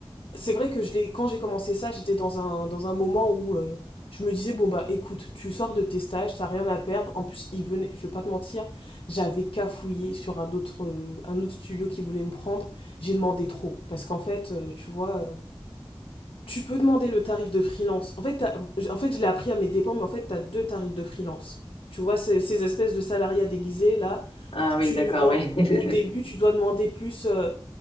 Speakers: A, on the left; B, on the left.
A: c'est vrai que je l'ai, quand j'ai commencé ça, j'étais dans un, dans un moment où euh, je me disais, bon bah écoute, tu sors de tes stages, t'as rien à perdre. En plus, il venait, je vais pas te mentir, j'avais cafouillé sur un autre, euh, un autre studio qui voulait me prendre. J'ai demandé trop. Parce qu'en fait, euh, tu vois, euh, tu peux demander le tarif de freelance. En fait, t'as- en fait je l'ai appris à mes dépens, mais en fait, t'as deux tarifs de freelance. Tu vois, ces, ces espèces de salariats déguisés, là,
B: Ah oui,
A: tu,
B: d'accord,
A: en-
B: oui. <laughs>
A: au début, tu dois demander plus. euh,